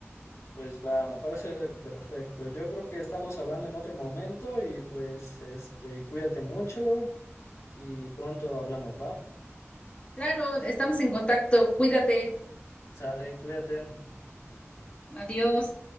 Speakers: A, on the left; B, on the left.
A: Pues va, me parece perfecto. Yo creo que estamos hablando en otro momento y pues este, cuídate mucho y pronto hablamos, ¿va?
B: Claro, estamos en contacto. Cuídate.
A: Sale, cuídate.
B: Adiós.